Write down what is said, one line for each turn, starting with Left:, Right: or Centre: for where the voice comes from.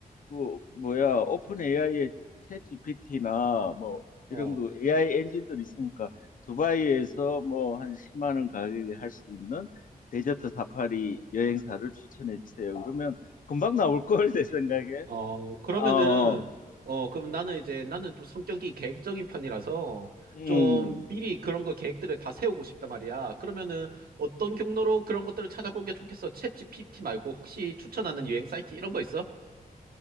Left: 그 뭐야 오픈 AI의 챗 GPT나 뭐 이런
Right: 어,
Left: 그 AI 엔진들이 있으니까 두바이에서 뭐 한 10만 원 가격에 할 수 있는 데저트 사파리 여행사를 추천해 주세요. 그러면 금방 나올 걸 내 생각에.
Right: 어, 그러면은,
Left: 아, 어,
Right: 어, 그럼 나는 이제 나는 좀 성격이 계획적인 편이라서
Left: 음,
Right: 좀 미리 그런 거 계획들을 다 세우고 싶단 말이야. 그러면은 어떤 경로로 그런 것들을 찾아보는 게 좋겠어? 챗 GPT 말고 혹시 추천하는 여행 사이트 이런 거 있어?